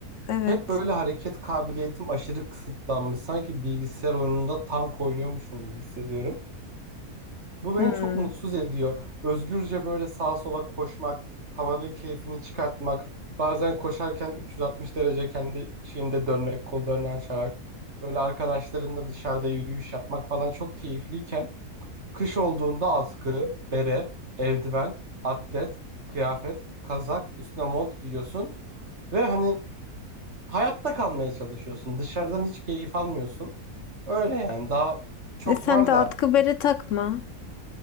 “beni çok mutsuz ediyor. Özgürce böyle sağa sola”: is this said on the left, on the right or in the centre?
Right